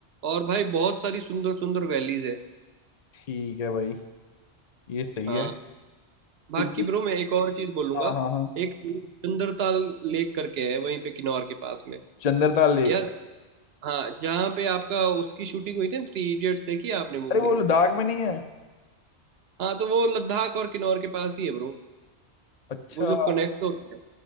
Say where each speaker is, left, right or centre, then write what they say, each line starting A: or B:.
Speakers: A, on the right (about 65°); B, on the left (about 50°).
A: और भाई बहुत सारी सुंदर सुंदर वैलीज है
B: ठीक है भाई ये सही
A: हाँ
B: है
A: बाकी
B: तो ये
A: ब्रो मैं एक और चीज बोलूंगा
B: हाँ हाँ हाँ
A: एक चंद्रताल लेक करके है वहीं पे किन्नौर के पास में
B: चंद्रताल लेक
A: यार हाँ जहाँ पे आपका उसकी शूटिंग हुई थी ना, थ्री इडियट्स देखी है आपने मूवी
B: अरे वो लद्दाख में नहीं है
A: हाँ तो वो लद्दाख और किन्नौर के पास ही है ब्रो
B: अच्छा
A: वो जो कनेक्ट होता है